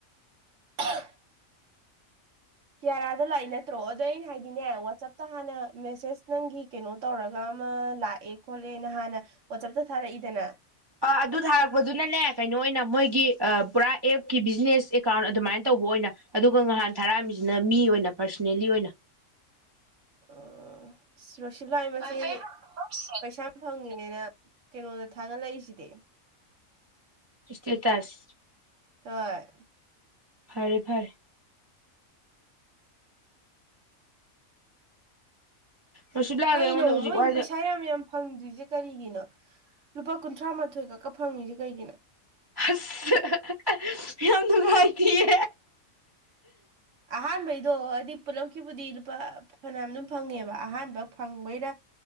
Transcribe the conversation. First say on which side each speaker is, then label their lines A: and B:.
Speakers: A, on the right; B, on the right.
A: <unintelligible> ꯌꯥꯌꯥꯗ ꯂꯥꯛꯏ ꯅꯠꯇ꯭ꯔꯣ ꯑꯗꯣ ꯑꯩꯅ ꯍꯥꯏꯗꯤꯅꯦ ꯋꯥꯆꯞꯇ ꯍꯥꯟꯅ ꯃꯦꯁꯦꯁ ꯅꯪꯒꯤ ꯀꯩꯅꯣ ꯇꯧꯔꯒ ꯑꯃ ꯂꯥꯛꯑꯦ ꯈꯣꯠꯂꯦꯅ ꯍꯥꯟꯅ ꯋꯥꯆꯞꯇ ꯊꯥꯔꯛꯏꯗꯅ
B: ꯑ ꯑꯗꯨ ꯊꯥꯔꯛꯄꯗꯨꯅꯅꯦ ꯀꯩꯅꯣ ꯑꯣꯏꯅ ꯃꯣꯏꯒꯤ ꯄꯨꯔꯥ ꯑꯦꯞꯀꯤ ꯕꯤꯖꯤꯅꯦꯁ ꯑꯦꯀꯥꯎꯟ ꯑꯗꯨꯃꯥꯏꯅ ꯇꯧꯕ ꯑꯣꯏꯅ ꯑꯗꯨꯒ ꯉꯍꯥꯟ ꯊꯥꯔꯛꯑꯝꯃꯤꯁꯤꯅ ꯃꯤ ꯑꯣꯏꯅ ꯄꯔꯁꯅꯦꯜꯂꯤ ꯑꯣꯏꯅ
A: ꯑꯣ ꯖꯣꯁꯤꯂꯥꯏ ꯃꯆꯦ ꯄꯩꯁꯥ ꯐꯪꯉꯤꯅꯦꯅ ꯀꯩꯅꯣꯗ ꯊꯥꯒꯠꯂꯛꯏꯖꯤꯗꯤ
B: ꯏꯁꯇꯦ ꯇꯁ
A: ꯍꯣꯏ
B: ꯐꯔꯦ ꯐꯔꯦ ꯔꯣꯁꯤꯕꯂꯥꯗꯣ
A: ꯀꯩꯅꯣ
B: ꯑꯩꯉꯣꯟꯗ ꯍꯧꯖꯤꯛ
A: ꯃꯣꯏꯗꯤ
B: ꯋꯥꯏꯗ
A: ꯄꯩꯁꯥ ꯌꯥꯝ ꯌꯥꯝ ꯐꯪꯗ꯭ꯔꯤꯁꯦ ꯀꯔꯤꯒꯤꯅꯣ ꯂꯨꯄꯥ ꯀꯨꯟꯊ꯭ꯔꯥ ꯃꯥꯊꯣꯏ ꯈꯛꯀ ꯐꯪꯉꯤꯁꯦ ꯀꯩꯒꯤꯅꯣ
B: ꯑꯁ ꯍꯥ ꯍꯥ ꯌꯥꯝ ꯅꯨꯡꯉꯥꯏꯇꯤꯌꯦ
A: ꯑꯍꯥꯟꯕꯩꯗꯣ ꯍꯥꯏꯗꯤ ꯄꯨꯂꯞꯀꯤꯕꯨꯗꯤ ꯂꯨꯄꯥ ꯐꯅꯌꯥꯝ ꯑꯗꯨꯝ ꯐꯪꯉꯦꯕ ꯑꯍꯥꯟꯕ ꯐꯪꯕꯩꯔꯥ